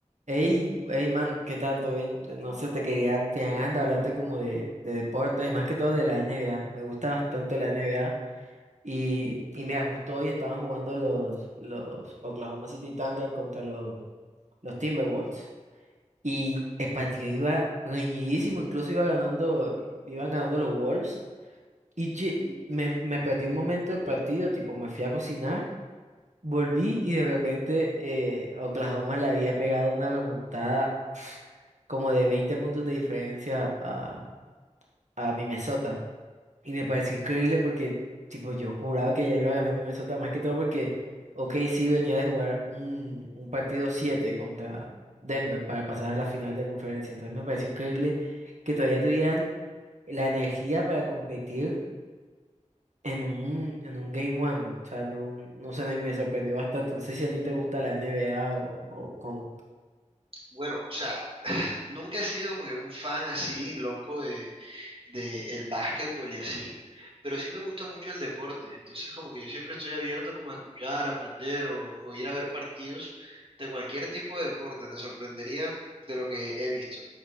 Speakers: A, on the right (about 70°); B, on the right (about 45°).
A: Hey, hey man, ¿qué tal? ¿Todo bien? Eh, No sé, te quería, te ganas de hablarte como de, de deportes, más que todo de la NBA. Me gusta bastante la NBA. Y, y mira, justo hoy estaban jugando los, los Oklahoma City Thunder contra los, los Timberwolves. Y el partido iba reñidísimo, incluso iba ganando, iban ganando los Wolves. Y che, me, me perdí un momento del partido, tipo, me fui a cocinar, volví y de repente eh, Oklahoma le había pegado una remontada como de 20 puntos de diferencia a, a mi Minnesota. Y me pareció increíble porque, tipo, yo juraba que ya iba a ganar mi Minnesota, más que todo porque ok, sí venía de jugar un, un partido 7 contra Denver para pasar a la final de conferencia. Entonces me pareció increíble que todavía tuvieran la energía para competir en un, en un Game One. O sea, no, no sé, me, me sorprendió bastante. No sé si a ti te gusta la NBA o, o cómo.
B: Bueno, o sea, nunca he sido como que un fan así, loco de, de el básquetbol y así, pero sí me gusta mucho el deporte. Entonces, como que yo siempre estoy abierto como a escuchar, aprender o, o ir a ver partidos de cualquier tipo de deporte. Te sorprendería de lo que he visto.